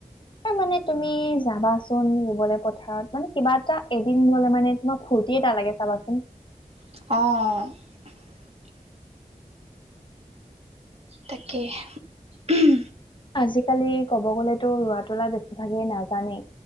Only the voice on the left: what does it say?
ত মানে তুমি যাবাচোন ৰুবলৈ পথাৰত মানে কিবা এটা এদিন ললে মানে তোমাৰ ফু তি এটা লাগে চাবাচোন।
আজিকালি কব গলেতো ৰোৱা -তোলা বেছিভাগেই নাজানেই।